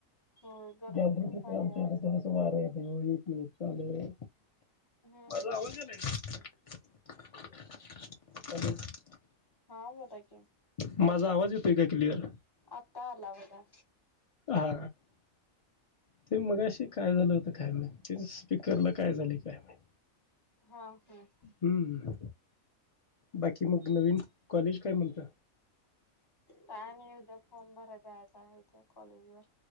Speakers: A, on the left (about 20°); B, on the left (about 45°).
A: होय गरमी
B: गॅलरीत
A: खूप
B: हितं
A: आहे
B: आमच्या
A: आज
B: हितं कसं वारं येतंय ओ, <unintelligible>
A: हम्म
B: माझा
A: हम्म
B: आवाज येईना, <unintelligible>
A: हा होता की,
B: माझा आवाज येतोय, काय क्लियर
A: आता आला बघा.
B: हा, ते मगाशी काय झालं होत, काय माहित ते स्पीकरला काय झालंय काय माहित.
A: हा हम्म
B: हम्म, बाकी मग नवीन कॉलेज काय म्हणतं,
A: काय नाही उद्या फॉर्म भरायला जायाचाय उद्या कॉलेज वर,